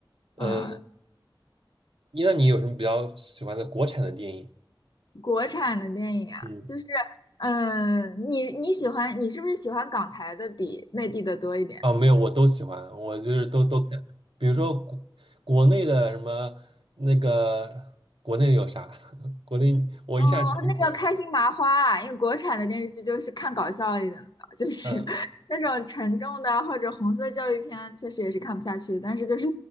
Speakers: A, on the right; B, on the left.
A: 呃，
B: 啊，
A: 那你有什么比较喜欢的国产的电影？
B: 国产的电影啊，
A: 嗯。
B: 就是。嗯，你你喜欢你是不是喜欢港台的比内地的多一点？
A: 啊，没有，我都喜欢，我就是都都看，比如说国国内的什么那个国内有啥，<laughs> 国内我一下想不起来，
B: 哦，那个开心麻花啊，因为国产的电视剧就是看搞笑一点的吧，就是
A: 嗯，
B: <laughs> 那种沉重的或者红色教育片，确实也是看不下去的。但是就是，